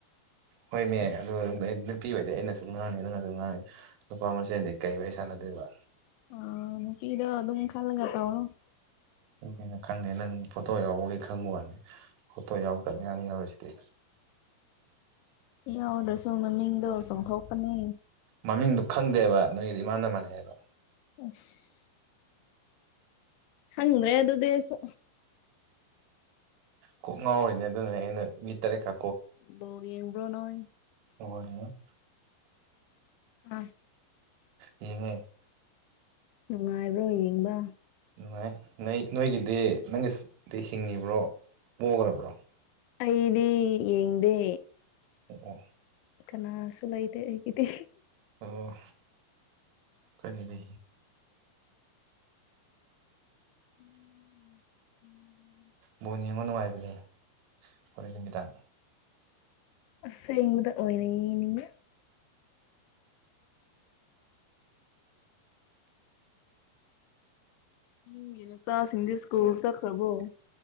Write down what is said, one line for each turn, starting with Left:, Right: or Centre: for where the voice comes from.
Right: ꯍꯣꯏꯅꯦ ꯑꯗꯨ ꯅꯨꯄꯤ ꯑꯣꯏꯗꯤ ꯑꯩꯅꯁꯨ ꯉꯥꯡꯅꯤ ꯅꯪꯅꯁꯨ ꯉꯥꯡꯅꯤ ꯅꯨꯨꯄꯥ ꯃꯁꯦꯜꯗꯤ ꯀꯩ ꯋꯥꯔꯤ ꯁꯥꯟꯅꯗꯣꯏꯕ
Left: ꯑ ꯄꯤꯗ ꯑꯗꯨꯝ ꯈꯜꯂꯒ ꯇꯧꯣ
Right: ꯑꯗꯨꯅ ꯈꯪꯗꯦ ꯅꯪ ꯐꯣꯇꯣ ꯌꯥꯎꯕꯒꯤ ꯈꯪꯕ ꯋꯥꯅꯤ ꯐꯣꯇꯣ ꯌꯥꯎꯗꯕ ꯃꯌꯥꯝ ꯌꯥꯎꯔꯤꯁꯤꯗꯤ
Left: ꯌꯥꯎꯗ꯭ꯔꯁꯨ ꯃꯃꯤꯡꯗꯣ ꯆꯣꯡꯊꯣꯛꯄꯅꯦ
Right: ꯃꯃꯤꯡꯗꯨꯣ ꯈꯪꯗꯦꯕ ꯅꯣꯏꯒꯤꯗꯤ ꯏꯥꯟꯅ ꯃꯥꯟꯅꯩꯑꯕ
Left: <unintelligible> ꯍꯗ꯭ꯔꯦ ꯑꯗꯨꯗꯤ ꯑꯩꯁꯨ
Right: ꯀꯣꯛ ꯉꯥꯎꯔꯤꯅꯦ ꯑꯗꯨꯅ ꯑꯩꯅ ꯃꯤꯠ ꯇꯔꯦꯠ ꯀꯥ
Left: ꯕꯣꯜ ꯌꯦꯡꯕ꯭ꯔꯣ ꯅꯣꯏ
Right: <unintelligible>
Left: ꯑ
Right: ꯍꯉꯣꯏ
Left: ꯅꯨꯡꯉꯥꯏꯕ꯭ꯔꯣ ꯌꯦꯡꯕ
Right: ꯅꯨꯡꯉꯥꯏ ꯅꯣꯏ ꯅꯣꯏꯒꯤꯗꯤ ꯅꯪꯒꯤꯗꯤ ꯍꯤꯡꯉꯤꯕ꯭ꯔꯣ ꯄꯣꯛꯈꯕ꯭ꯔꯣ
Left: ꯑꯩꯗꯤ ꯌꯦꯡꯗꯦ
Right: ꯑꯣ
Left: ꯀꯅꯥꯁꯨꯂ ꯏꯗ ꯍꯒꯗꯤ
Right: ꯑꯣ ꯀꯔꯤꯒꯤ
Left: ꯎꯝ ꯎꯝ
Right: ꯕꯣ ꯌꯦꯉꯨ ꯅꯨꯡꯉꯥꯏꯕꯅꯦ ꯍꯣꯔꯦꯟ ꯅꯨꯃꯤꯗꯥꯡ
Left: ꯑꯁ ꯏꯕꯗ ꯑꯣꯏꯅꯅꯤ ꯏꯒꯤꯅꯆꯥꯁꯤꯡꯁ ꯁ꯭ꯀꯨꯜ ꯆꯠꯈ꯭ꯔꯕꯣ